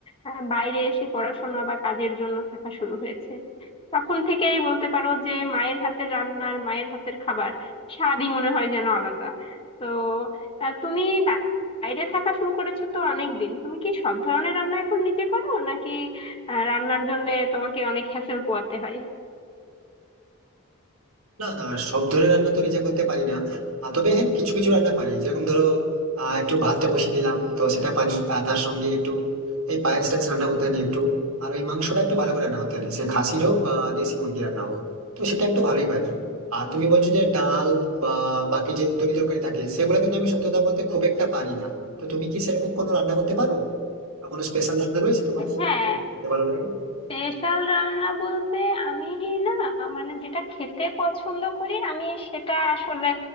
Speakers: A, on the left; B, on the right.
A: আহ, বাইরে এসে পড়াশোনা বা কাজের জন্য থাকা শুরু হয়েছে তখন থেকেই বলতে পারো যে মায়ের হাতের রান্নার মায়ের হাতের খাবার স্বাদই মনে হয় যেন আলাদা তো আহ, তুমি বাইরে থাকা শুরু করেছো তো অনেক দিন তুমি কি সব ধরনের রান্না এখন নিজে করো নাকি আহ, রান্নার জন্য তোমাকে অনেক হ্যাসেল পোয়াতে হয়
B: না না সব ধরনের রান্না তো নিজে করতে পারি না আহ, তবে হ্যাঁ কিছু কিছু রান্না পারি যেরকম ধরো আহ, একটু ভাতটা বসিয়ে নিলাম তো সেটা পারি আর তার সঙ্গে একটু এই পায়েস টায়েস রান্না করতে জানি একটু আর ওই মাংসটা একটু ভালো করে রান্না করতে জানি সে খাসির হোক বা দেশি মুরগি রান্না হোক তো সেটা একটু ভালোই পারি আর তুমি বলছো যে ডাল বা বাকি যে তরি তরকারি থাকে সেগুলো কিন্তু আমি সত্যি কথা বলতে খুব একটা পারি না তো তুমি কি সেরকম কোনো রান্না করতে পারো বা কোনো স্পেশাল রান্না রয়েছে তোমার
A: হ্যাঁ
B: যেগুলো খেতে ভালো লাগে
A: স্পেশাল রান্না বলতে আমি না মানে যেটা খেতে পছন্দ করি আমি সেটা আসলে